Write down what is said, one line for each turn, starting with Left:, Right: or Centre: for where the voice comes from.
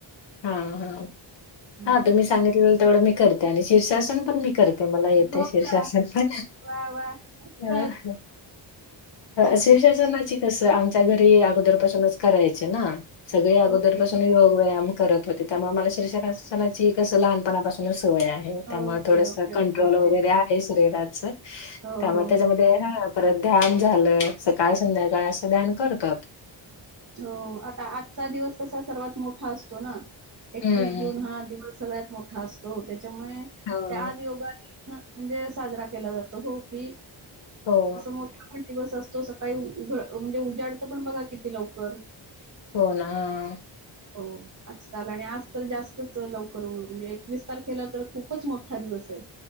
Left: हा हा
Right: होय
Left: हा तुम्ही सांगितलं तेवढ मी करते आणि शीर्षासन पण मी करते ते मला येतं
Right: हो
Left: शिर्षासन
Right: का
Left: प
Right: वा वा मस्त
Left: ह
Right: छान
Left: शिव
Right: छान
Left: शासनाची कस आमच्या घरी अगोदर पासूनच करायचे ना सगळे अगोदरपासून
Right: ओके
Left: योग व्यायाम करत होते त्यामुळे मला श्रीषनाची कसं लहानपणापासून सोय आहे त्यामुळे
Right: ओके
Left: थोडस
Right: ओके
Left: कंट्रोल
Right: ओके ओके
Left: वगैरे आहे शरीराच
Right: हो
Left: त्या म
Right: हो
Left: त्याच्यामध्ये
Right: हो
Left: हा परत ध्यान झालं सकाळ संध्याकाळ असं ध्यान करतात
Right: हो आता आजचा दिवस कसा सर्वात मोठा असतो ना एकवीस
Left: हम्म
Right: जून
Left: हं.
Right: हा दिवस सगळ्यात मोठा असतो त्याच्यामुळे
Left: हां.
Right: ते आज योगा म्हणजे साजरा केला जातो हो की
Left: हो.
Right: असं मोठ पण दिवस असतो सकाळी उघड म्हणजे उजाडत पण बघा किती लवकर
Left: हो ना ह
Right: हो आजकाल आणि आज तर जास्तच लवकर म्हणजे एकवीस तारखेला तर खूपच मोठा दिवस आहे